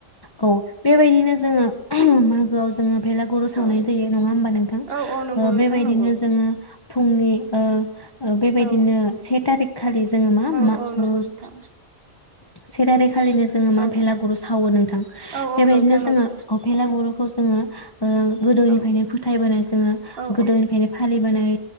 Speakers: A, on the left (about 30°); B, on the right (about 50°).
A: औ बेबायदिनो जोङो <unintelligible> मागोआव जोङो भेलागुर सावनाय
B: औ
A: जायो नङा होमबा नोंथां
B: औ औ नंगौ
A: ओ
B: नोंथां
A: बेबायदिनो
B: नंगौ
A: जोङो फुंनि ओ बेबायदिनो
B: औ
A: से थारिख खालि जोङो मा
B: औ
A: मा
B: औ नंगौ
A: ओ
B: नोंथां
A: <unintelligible> खालिनो जोङो मा
B: औ
A: भेलागुर सावो नोंथां
B: औ
A: बेबायदिनो
B: औ नोंथां
A: जोङो
B: नंगौ
A: अ भेलागुर खौ जोङो ओ गोदोनिफ्रायनो
B: औ
A: फोथायबोनाय जोङो
B: औ
A: गोदोनिफ्रायनो फालिबोनाय